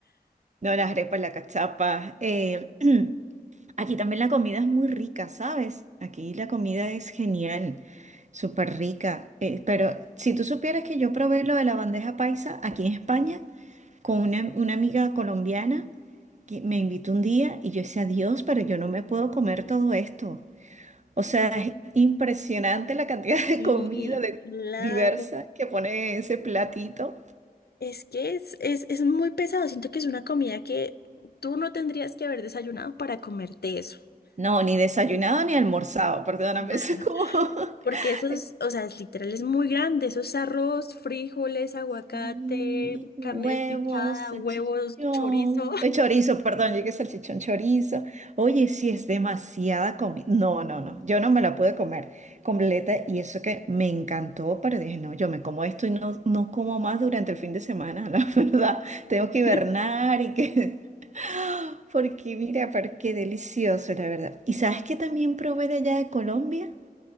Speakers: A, on the right; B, on the left.
A: No, las arepas, las cachapas. eh, <clears throat> Aquí también la comida es muy rica, ¿sabes? Aquí la comida es genial, súper rica. Eh, pero si tú supieras que yo probé lo de la bandeja paisa aquí en España con una, una amiga colombiana que me invitó un día y yo decía, Dios, pero yo no me puedo comer todo esto. O sea, es impresionante la cantidad de
B: Sí,
A: comida de-
B: claro.
A: diversa que pone ese platito.
B: Es que es, es, es muy pesado. Siento que es una comida que tú no tendrías que haber desayunado para comerte eso.
A: No, ni desayunado ni almorzado, perdóname,
B: Ajá.
A: <laughs> eso es como...
B: Porque
A: <laughs>
B: eso es, o sea, es literal, es muy grande. Eso es arroz, frijoles, aguacate,
A: Sí, huevos,
B: carne desmechada,
A: salchichón,
B: huevos, chorizo.
A: eh, chorizo, perdón, llegué salchichón, chorizo. Oye, sí es demasiada comida. No, no, no, yo no me la pude comer completa y eso que me encantó, pero dije, no, yo me como esto y no, no como más durante el fin de semana, <laughs> la verdad. Tengo que hibernar
B: <laughs>
A: y que... <laughs> Porque mira, pero qué delicioso, la verdad. ¿Y sabes qué también probé de allá de Colombia?